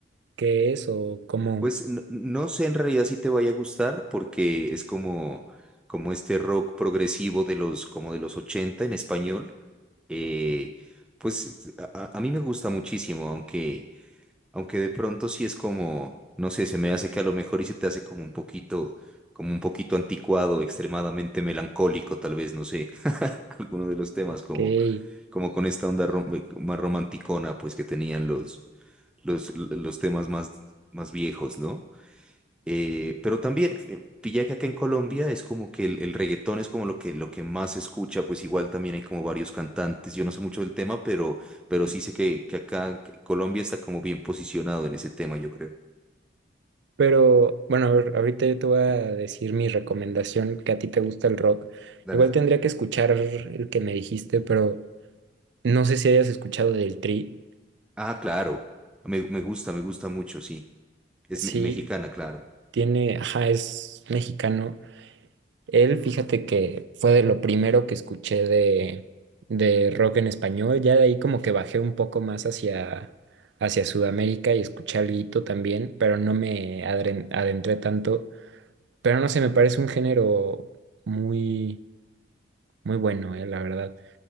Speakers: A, on the right (about 75°); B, in the centre.
A: ¿qué es o cómo?
B: Pues no, no sé en realidad si te vaya a gustar porque es como, como este rock progresivo de los, como de los 80 en español. Eh, pues a, a- a mí me gusta muchísimo, aunque Aunque de pronto sí es como, no sé, se me hace que a lo mejor y se te hace como un poquito, como un poquito anticuado, extremadamente melancólico, tal vez, no sé, <laughs> alguno de los temas como,
A: ¿Qué?
B: como con esta onda rom- eh, más romanticona, pues que tenían los, los, los temas más, más viejos, ¿no? Eh, pero también eh, pilla que acá en Colombia es como que el, el reggaetón es como lo que, lo que más se escucha, pues igual también hay como varios cantantes, yo no sé mucho del tema, pero, pero sí sé que, que acá que Colombia está como bien posicionado en ese tema, yo creo.
A: Pero bueno, a ver, ahorita yo te voy a decir mi recomendación, que a ti te gusta el rock.
B: Dale,
A: Igual
B: dale.
A: tendría que escuchar el que me dijiste, pero no sé si hayas escuchado del Tri.
B: Ah, claro, me, me gusta, me gusta mucho, sí, es
A: Sí,
B: me- mexicana, claro.
A: tiene, ajá, es mexicano. Él, fíjate que fue de lo primero que escuché de, de rock en español. Ya de ahí como que bajé un poco más hacia, hacia Sudamérica y escuché alguito también, pero no me adren- adentré tanto. Pero no sé, me parece un género muy, muy bueno, eh, la verdad.